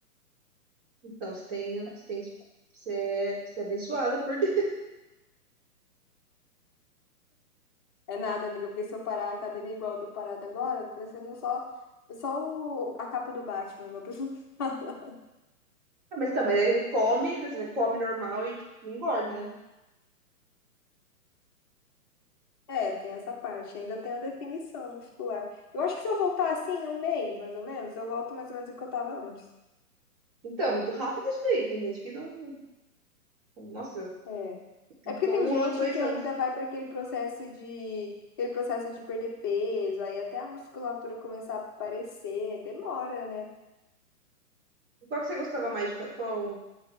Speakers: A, on the right; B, on the left.
A: Então, você tem, você tem, você é, você é abençoada por Deus.
B: É nada, amiga, porque se eu parar a academia igual eu tô parada agora, parecendo só, só o, a capa do Batman, igual a pessoa <laughs> fala.
A: Ah, mas tá, mas aí come, né, você come normal e tipo, engorda, né?
B: É, tem essa parte, ainda tem a definição muscular. Eu acho que se eu voltar assim, em um mês, mais ou menos, eu volto mais ou menos o que eu tava antes.
A: Então, é muito rápido isso daí. Tem gente que não. Nossa,
B: É.
A: fica
B: É porque tem
A: um
B: gente
A: ano, dois
B: que
A: anos.
B: ainda vai para aquele processo de aquele processo de perder peso, aí até a musculatura começar a aparecer, demora, né?
A: Qual que você gostava mais de fa- Qual